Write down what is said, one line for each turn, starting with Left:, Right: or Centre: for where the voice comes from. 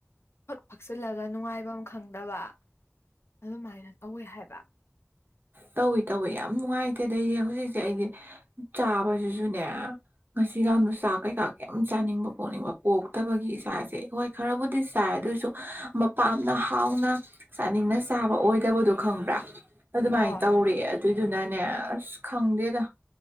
Left: ꯐꯛ ꯐꯛꯆꯤꯜꯂꯒ ꯅꯨꯡꯉꯥꯏꯕꯝ ꯈꯪꯗꯕ ꯑꯗꯨꯃꯥꯏꯅ ꯇꯧꯋꯦ ꯍꯥꯏꯕ
Right: ꯇꯧꯏ ꯇꯧꯏ ꯌꯥꯝ ꯅꯨꯡꯉꯥꯏꯇꯦꯗ ꯑꯩꯗꯤ ꯍꯧꯖꯤꯛꯁꯦ ꯑꯩꯗꯤ ꯆꯥꯕꯁꯤꯁꯨꯅꯦ ꯉꯁꯤ ꯒꯥꯅꯨ ꯆꯥ ꯀꯩꯀꯥ ꯀꯩꯝ ꯆꯥꯅꯤꯡꯕ ꯄꯣꯛꯅꯤꯡꯕ ꯄꯣꯛꯇꯕꯒꯤ ꯏꯁꯥꯁꯦ ꯍꯣꯏ ꯈꯔꯕꯨꯗꯤ ꯆꯥꯏ ꯑꯗꯨꯏꯁꯨ ꯃꯄꯥꯝꯅ ꯍꯥꯎꯅ ꯆꯥꯅꯤꯡꯅ ꯆꯥꯕ ꯑꯣꯏꯗꯕꯗꯣ ꯈꯪꯕ꯭ꯔꯥ ꯑꯗꯨꯃꯥꯏꯅ
Left: ꯍꯣꯏ
Right: ꯇꯧꯔꯦ ꯑꯗꯨꯏꯗꯨꯅꯅꯦ ꯑꯁ ꯈꯪꯗꯦꯗ